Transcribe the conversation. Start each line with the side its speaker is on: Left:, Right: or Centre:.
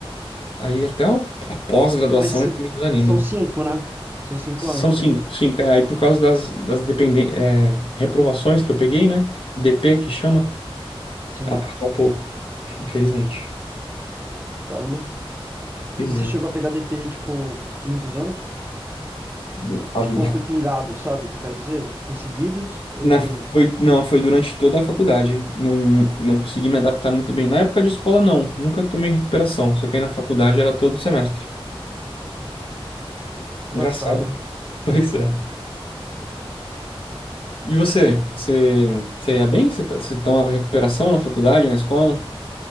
Left: Aí até o- a pós-graduação
Right: Mas se-
Left: já me desanima.
Right: são cinco, né? São cinco
Left: São
Right: anos.
Left: cinco, cinco. É, aí por causa das, das dependen- é, reprovações que eu peguei, né? DP que chama.
Right: Sim.
Left: Atrasou um pouco, infelizmente.
Right: Caramba.
Left: Pois
Right: E você
Left: é.
Right: chegou a pegar DP, tipo, muitos anos?
Left: Do- a
Right: Tipo,
Left: <laughs>
Right: ou foi pingado, sabe o que eu quero dizer? Foi seguidos ou
Left: Na,
Right: foi.
Left: foi, não, foi durante toda a faculdade. Não, não consegui me adaptar muito bem. Na época de escola, não. Nunca tomei recuperação. Só que aí na faculdade era todo semestre. Engraçado.
Right: Engraçado, né?
Left: <laughs> Pois é. E você? Você, você ia bem? Você, t- você tomava recuperação na faculdade, na escola?